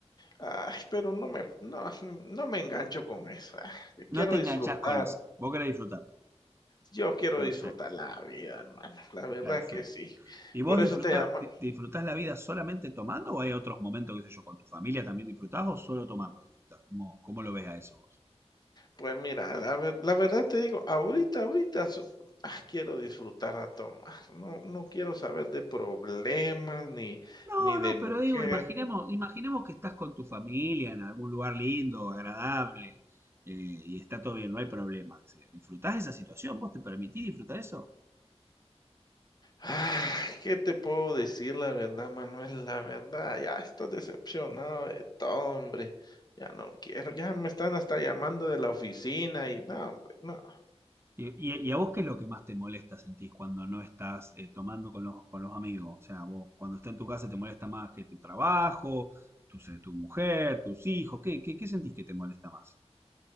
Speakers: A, on the left (about 40°); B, on the right (about 20°).
A: ay, pero no me no no me engancho con eso, ah, yo
B: No
A: quiero
B: te enganchás
A: disfrutar,
B: con esa. Vos querés disfrutar.
A: yo quiero
B: Perfecto,
A: disfrutar la vida, hermano, la verdad
B: perfecto.
A: que sí.
B: ¿Y vos
A: Por
B: disfruta,
A: eso te llamaba
B: di- disfrutás la vida solamente tomando o hay otros momentos, qué sé yo, con tu familia también disfrutás o solo tomando disfrutás? ¿Cómo, cómo lo ves a eso vos?
A: Pues mira, la ver la verdad te digo, ahorita, ahorita so ah, quiero disfrutar a tomar, no no quiero saber de problemas ni
B: No,
A: ni
B: no,
A: de mujer.
B: pero digo, imaginemos, imaginemos que estás con tu familia en algún lugar lindo, agradable, eh, y está todo bien, no hay problema. Disfrutás esa situación, ¿vos te permitís disfrutar eso?
A: Ah, ¿qué te puedo decir la verdad, Manuel? La verdad, ya estoy decepcionado de todo, hombre. Ya no quiero, ya me están hasta llamando de la oficina y no, hombre, no.
B: ¿Y, y- y a vos qué es lo que más te molesta, sentís, cuando no estás eh, tomando con los, con los amigos? O sea, vos cuando estás en tu casa te molesta más que tu trabajo, tu, se- tu mujer, tus hijos. ¿Qué, qué, qué sentís que te molesta más?